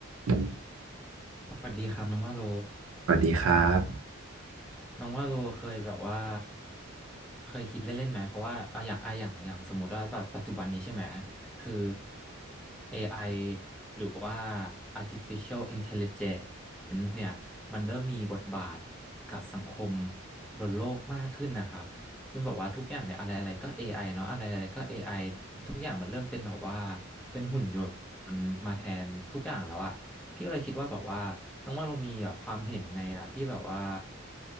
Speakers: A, on the right; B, in the centre.
A: ส
B: สวัสดีครับน้องว่าโล
A: วัสดีครับ
B: น้องว่าโลเคยแบบว่าเคยคิดเล่นๆไหมเพราะว่าอะอย่างอะอย่างอย่างสมมติว่าปัจจุบันนี้ใช่ไหมคือ AI หรือว่า artificial intelligence เนี่ยมันเริ่มมีบทบาทกับสังคมบนโลกมากขึ้นนะครับเช่นแบบว่าทุกอย่างเนี่ยอะไรอะไรก็ AI เนาะอะไรอะไรก็ AI ทุกอย่างมันเริ่มเป็นแบบว่าเป็นหุ่นยนต์มาแทนทุกอย่างแล้วอะพี่ก็เลยคิดว่าแบบว่า น้องว่าเรามีแบบความเห็นยังไงอะที่แบบว่า